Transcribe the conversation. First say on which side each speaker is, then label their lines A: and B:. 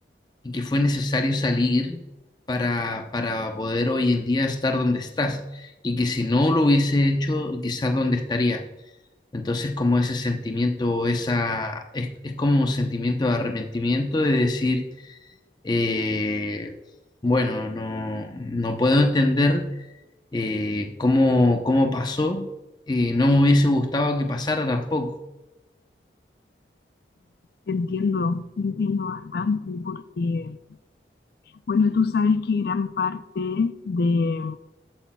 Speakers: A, on the left; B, on the left.
A: y que fue necesario salir para, para poder hoy en día estar donde estás y que si no lo hubiese hecho, quizás dónde estaría. Entonces, como ese sentimiento, esa, es, es como un sentimiento de arrepentimiento de decir, eh, bueno, no, no puedo entender eh, cómo, cómo pasó, eh, no me hubiese gustado que pasara tampoco.
B: te Entiendo, te entiendo bastante porque, bueno, tú sabes que gran parte de,